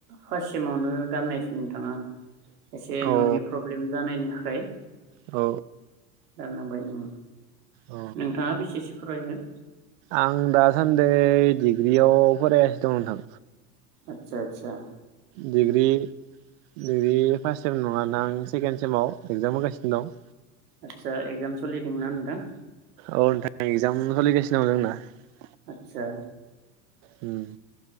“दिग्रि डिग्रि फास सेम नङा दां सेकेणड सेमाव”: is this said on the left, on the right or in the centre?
Right